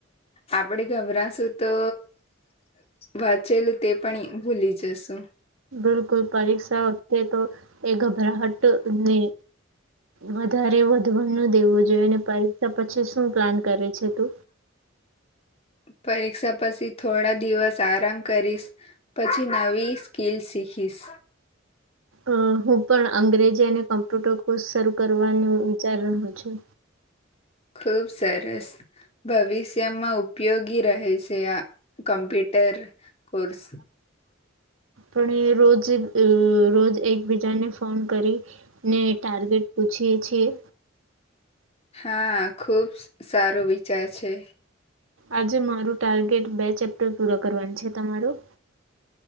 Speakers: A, on the left; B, on the right.
A: આપડે ગભરાશું તો વાંચેલું તે પણ ભૂલી જસુ
B: બિલકુલ પરીક્ષા વખતે તો એ ઘબરાહટ ને વધારે વધવા ન દેવું જોઈએને પરીક્ષા પછી શું પ્લાન કરે છે તું?
A: પરીક્ષા પછી થોડા દિવસ આરામ કરીશ પછી નવી સ્કીલ શીખીશ
B: અ હું પણ અંગ્રેજી અને કોમ્પ્યુટર કોર્સ શરૂ કરવાનું વિચાર રહું છું.
A: ખૂબ સરસ. ભવિષ્યમાં ઉપયોગી રહેશે આ કમ્પ્યુટર કોર્સ
B: પણ રોજ અ રોજ એકબીજાને ફોન કરી ને ટાર્ગેટ પૂછીએ છીએ
A: હા ખુબ સારો વિચાર છે
B: આજે મારું ટાર્ગેટ બે ચેપ્ટર પૂરા કરવાનું છે, તમારું?